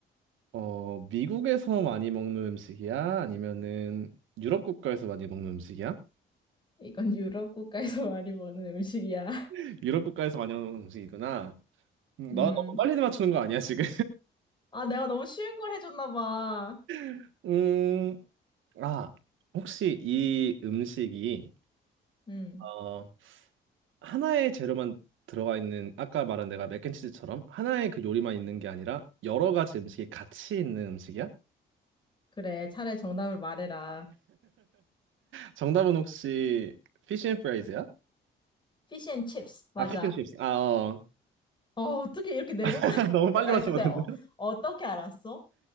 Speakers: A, on the right (about 80°); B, on the left (about 25°).
A: 어, 미국에서 많이 먹는 음식이야? 아니면은 유럽 국가에서 많이 먹는 음식이야?
B: 이건 유럽 국가에서 <laughs> 많이 먹는 음식이야. <laughs>
A: <laughs> 유럽 국가에서 많이 먹는 음식이구나. 음,
B: 음.
A: 나 너무 빨리 맞추는 거 아니야, 지금?
B: 아, 내가 너무 쉬운 걸 해줬나 봐.
A: <laughs> 음, 아, 혹시 이 음식이
B: 음.
A: 어, 하나의 재료만 들어가 있는 아까 말한 내가 맥앤치즈처럼 하나의 그 요리만 있는 게 아니라 여러 가지 음식이 같이 있는 음식이야?
B: 그래, 차라리 정답을 말해라.
A: 정답은 혹시 피쉬 앤 프라이즈야?
B: 피쉬 앤 칩스. 맞아.
A: 아, 피쉬 앤 칩스. 아, 어.
B: 어, 어떻게 이렇게 내몸면 <laughs>
A: <laughs> 너무 빨리
B: 아니,
A: 맞춰버렸네.
B: 근데 어, 어떻게 알았어?